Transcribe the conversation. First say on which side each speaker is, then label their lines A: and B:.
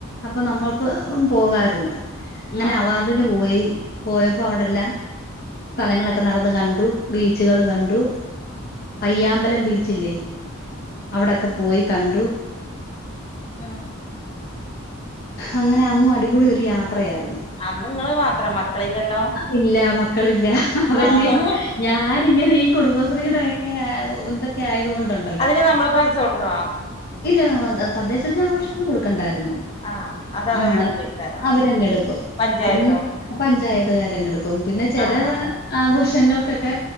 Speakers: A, on the left; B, on the left.
A: അപ്പം നമ്മൾക്ക് പോകാരുന്ന് അങ്ങനെ
B: ആഹ്
A: അവാർഡിന് പോയി പോയപ്പോ അവടെല്ലാം സ്ഥലങ്ങളക്കെ നടന്ന് കണ്ടു ബീച്ച്കള് കണ്ടു പയ്യാമ്പലം ബീച്ചില്ലേ അവിടക്കെ പോയി കണ്ടു
B: ആഹ്
A: അങ്ങനെ അന്നും അടിപൊളി ഒര് യാത്രയാര്ന്ന്
B: അന്ന്ങ്ങള് മാത്രം മക്കളില്ലല്ലോ
A: ഇല്ല മക്കളില്ല അതല്ലയോ
B: ആഹ്
A: ഞാനിങ്ങനീ കുടുംബശ്രീടെക്കെ ആഹ് ഊ എന്തൊക്കെ ആയതുകൊണ്ടൊണ്ടല്ലോ
B: അതിന് നമ്മള് പൈസ കൊട്ക്കണോ
A: ഇല്ലാ തതദ്ദേശദിനാഘോഷത്തിന് കൊടുക്കണ്ടാരുന്നു
B: ആഹ് അത് അവരുടെ
A: ആഹ്
B: പോയിക്കാരോ
A: അവരങ്ങെടുക്കും
B: പഞ്ചായത്തോ
A: പിന്നെ പഞ്ചായത്ത്കാരങ്ങെടുക്കും പിന്നെ ചെലാ
B: ആഹ് ആഹ്
A: ആഘോഷങ്ങൾക്കക്കെ